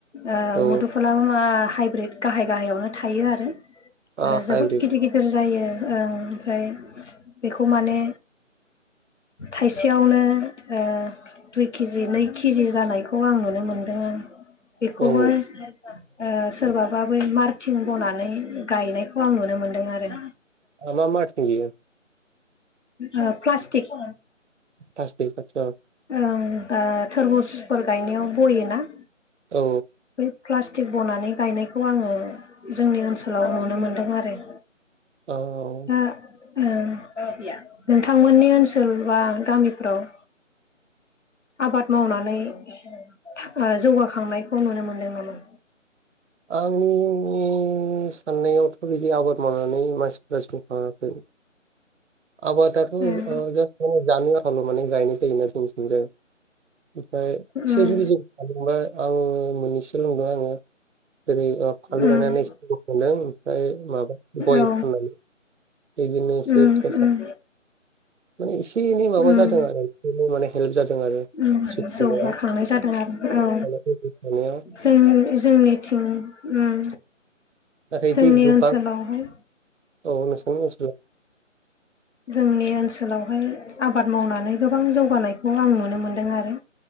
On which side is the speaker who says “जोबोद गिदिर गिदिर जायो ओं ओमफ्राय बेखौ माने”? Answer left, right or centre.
Left